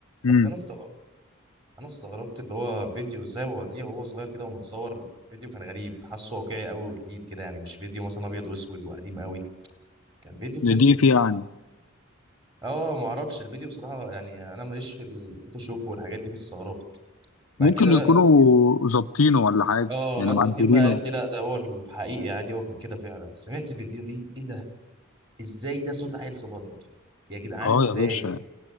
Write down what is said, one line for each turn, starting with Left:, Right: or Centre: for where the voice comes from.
Left: امم
Right: بس انا استغربت انا استغربت اللي هو فيديو ازاي وديع وهو صغير كده ومتصور فيديو كان غريب حاسه واقعي قوي وجديد كده يعني مش فيديو مثلا ابيض واسود وقديم قوي كان فيديو تحسه
Left: دي
Right: جديد
Left: في يعني
Right: اه ما اعرفش الفيديو بصراحه يعني انا ماليش في الفوتوشوب والحاجات دي بس استغربت بعد
Left: ممكن
Right: كده
Left: يكونوا
Right: لا ناس
Left: ظابطينه ولا حاجه
Right: اه
Left: يعني
Right: ناس
Left: معدلينه
Right: كتير بقى قالت لي لا ده هو الحقيقي عادي هو كان كده فعلا سمعت فيديو ليه ايه ده ازاي ده صوت عيل صغير يا جدعان
Left: اه
Right: ازاي
Left: يا باشا